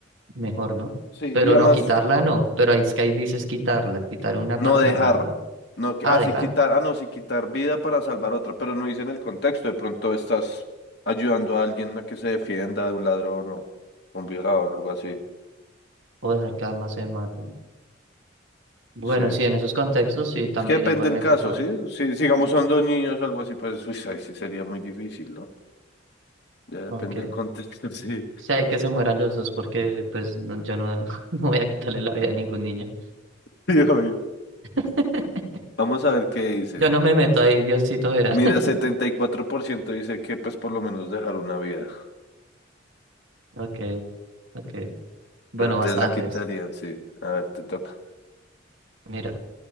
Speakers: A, on the right; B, on the left.
A: mejor, ¿no?
B: Sí,
A: Pero
B: y además,
A: no, quitarla no, pero ahí es que ahí dices quitarla, quitar una
B: no
A: para
B: dejar.
A: salvar la otra.
B: No, que-
A: Ah,
B: ah,
A: dejar
B: sí, quitar. Ah, no, sí, quitar vida para salvar otra. Pero no dicen el contexto. De pronto estás ayudando a alguien a que se defienda de un ladrón o un violador o algo así.
A: o dejar que ambas se maten. Bueno,
B: Sí.
A: sí, en esos contextos y también
B: Es que depende
A: igualmente
B: del caso,
A: por,
B: ¿sí? Si, si, digamos, son dos niños o algo así, pues uy, ahí sí sería muy difícil, ¿no? Ya depende
A: aunque
B: del contexto, <laughs> sí.
A: sé que se mueran los dos porque pues no- yo no, <laughs> no voy a quitarle la vida a ningún niño.
B: Sí, obvio.
A: <laughs>
B: Vamos a ver qué dice.
A: Yo no me meto ahí, Diosito verá.
B: Mira,
A: <laughs>
B: 74% dice que pues por lo menos dejar una vida,
A: Ok, ok. Bueno,
B: pero te
A: bastantes.
B: la quitarían, sí. A ver, te toca.
A: Mira,